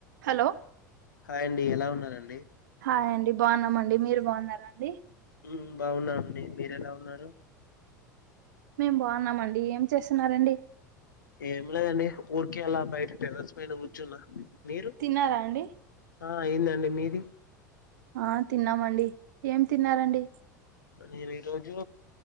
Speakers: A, on the right (about 70°); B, on the left (about 80°).
A: హలో
B: హాయ్ అండి ఎలా ఉన్నారండి
A: హాయ్ అండి బాగున్నామండి మీరు బాగున్నారా అండి
B: మ్మ్ బాగున్నామండి మీరెలా ఉన్నారు
A: మేం బాగున్నామండి ఏం చేస్తున్నారండి
B: ఏం లేదండి ఊరికే అలా బయట టెరస్ పైన కూర్చున్న మీరు
A: తిన్నారా అండి
B: హా అయిందండి మీది
A: ఆ తిన్నామండి ఏం తిన్నారండి
B: నేను ఈ రోజు